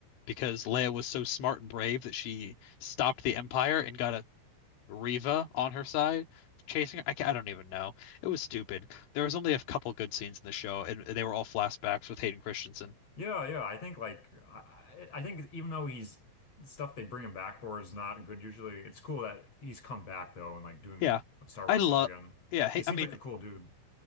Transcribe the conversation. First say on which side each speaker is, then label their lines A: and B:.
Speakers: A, on the left; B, on the left.
A: because Leia was so smart and brave that she stopped the Empire and got Riva on her side chasing her. I, ca- I don't even know. It was stupid. There was only a couple good scenes in the show, and they were all flashbacks with Hayden Christensen.
B: Yeah, yeah. I think like I, I think even though he's stuff they bring him back for is not good usually, it's cool that he's come back though and like doing
A: Yeah,
B: Star Wars
A: I love.
B: stuff again.
A: Yeah, hey,
B: He seems
A: I mean,
B: like a cool dude.